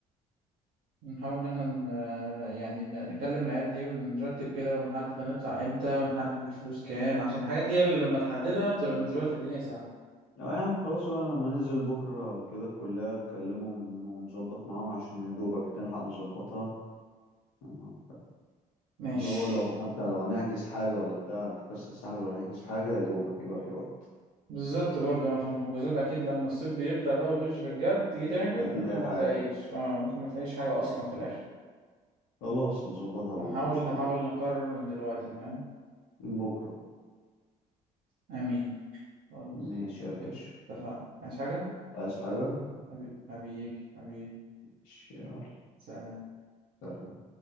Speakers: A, on the right (about 70°); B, on the left (about 85°).
A: نحاول ان احنا ن... يعني ن- نكلم العيال دي ونرتب كده ونحدد هنطلع امتى ونحدد الفلوس كام عشان الحاجات دي اللي لما تحددها تبقى بالنسبة لك الدنيا سهلة
B: لا يا عم خلاص بقى لما ننزل بكرة كده الكلية نكلمهم ونظبط معاهم عشان يا دوبك نلحق نظبطها أها.
A: ماشي
B: اللي هو لو حتى لو هنحجز حاجة ولا بتاع لو في كاس الساحل ولا هنحجز حاجة يا دوبك يبقى في وقت
A: بالظبط برضه عشان الحجوزات اكيد لما الصيف بيبدأ بقى ويخش في الجد تيجي تحجز
B: هتلاقي
A: ممكن ما
B: حاجة
A: تلاقيش اه ممكن ما تلاقيش حاجة اصلا في الاخر
B: خلاص نظبطها بكرة
A: هنحاول
B: إن شاء
A: نحاول
B: الله
A: نقرر من دلوقتي فاهم
B: بكرة
A: امين خلاص
B: ماشي يا باشا
A: اتفقنا عايز حاجة
B: عايز حاجة؟
A: حبيبي حبيبي حبيبي
B: ماشي يلا
A: سلام
B: سلام